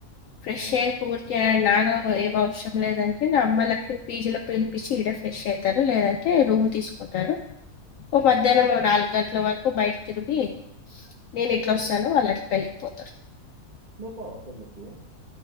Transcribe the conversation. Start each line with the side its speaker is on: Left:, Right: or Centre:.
Left: ఫ్రెష్
Right: ఉమ్,
Left: ఊరికే నాన్న ఏం అవసరం లేదంటే అమ్మ లకి పీజీ లో పిలిపించి ఈడే ఫ్రెష్ అవుతారు లేదంటే రూమ్ తీసుకుంటారు ఓ మధ్యాహ్నం
Right: ఉమ్,
Left: నాలుగు గంటల వరకు బయట తిరిగి నేను
Right: ఉమ్.
Left: ఇట్లా వస్తాను వాళ్లు అట్లా వెళ్ళిపోతారు
Right: ద పావా పెళ్లికి